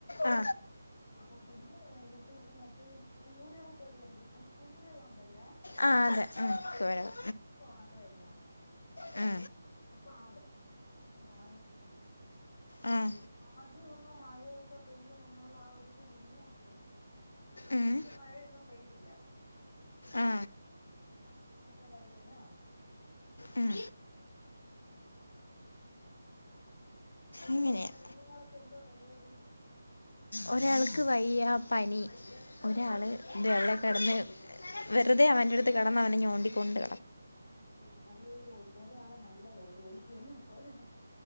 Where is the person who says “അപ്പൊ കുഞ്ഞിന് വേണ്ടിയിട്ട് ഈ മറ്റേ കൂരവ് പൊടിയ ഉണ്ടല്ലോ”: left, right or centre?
Left